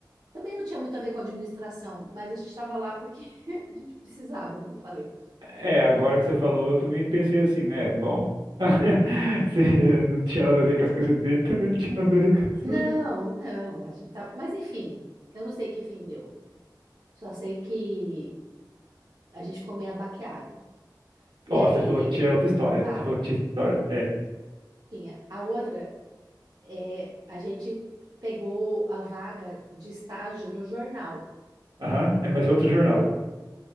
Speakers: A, on the right (about 65°); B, on the right (about 80°).
A: Também não tinha muito a ver com administração, mas a gente estava lá porque <laughs> a gente precisava, como eu falei.
B: É, agora que você falou, eu também pensei assim, né? Bom, <laughs> se não tinha nada a ver com as coisas dele, também não tinha nada a ver com a
A: Não,
B: sua.
A: não, a gente tá, mas enfim, eu não sei que fim deu. Só sei que a gente ficou meio abaqueado. E
B: Ó,
A: aí,
B: você falou que tinha outra história.
A: fala,
B: Você falou que tinha história. É.
A: tinha a outra é, a gente pegou a vaga de estágio no jornal.
B: Aham. É, mas
A: E
B: outro
A: o,
B: jornal.
A: o-